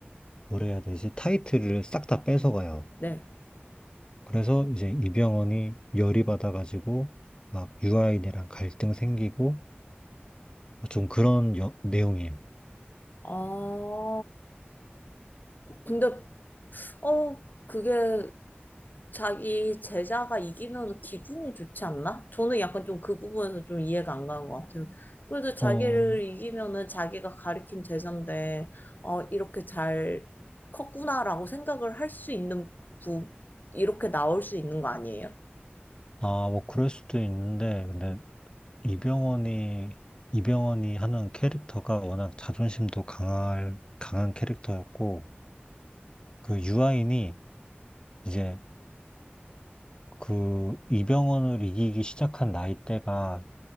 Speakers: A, on the left (about 25°); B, on the left (about 50°).
A: 뭐라 해야 되지 타이틀을 싹 다 뺏어가요.
B: 네.
A: 그래서 이제 이병헌이 열이 받아가지고 막 유아인이랑 갈등 생기고 좀 그런 여- 내용이에요.
B: 아, 근데, 어, 그게 자기 제자가 이기면 기분이 좋지 않나? 저는 약간 좀 그 부분에서 좀 이해가 안 가는 것 같아요. 그래도 자기를
A: 어,
B: 이기면은 자기가 가르친 제자인데, 어, 이렇게 잘 컸구나라고 생각을 할 수 있는 부, 이렇게 나올 수 있는 거 아니에요?
A: 아, 뭐 그럴 수도 있는데 근데 이병헌이, 이병헌이 하는 캐릭터가 워낙 자존심도 강할, 강한 캐릭터였고, 그 유아인이 이제 그 이병헌을 이기기 시작한 나이대가